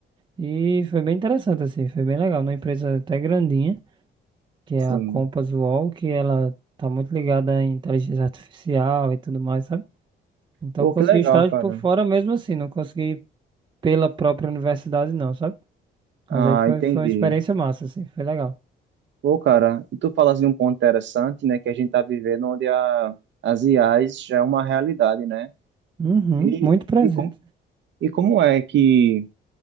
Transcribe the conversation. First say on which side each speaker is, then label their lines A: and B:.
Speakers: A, on the right; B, on the right.
A: e foi bem interessante, assim, foi bem legal. Uma empresa até grandinha, que
B: Sim.
A: é a Compass UOL, que ela tá muito ligada em inteligência artificial e tudo mais, sabe? Então
B: Pô,
A: eu consegui
B: que legal,
A: estágio
B: cara.
A: por fora mesmo assim, não consegui pela própria universidade não, sabe?
B: Ah,
A: Mas aí foi,
B: entendi.
A: foi uma experiência massa, assim, foi legal.
B: Pô, cara, e tu falas de um ponto interessante, né, que a gente tá vivendo onde a, as IAs já é uma realidade, né?
A: Uhum,
B: E,
A: muito presente.
B: e, com, e como é que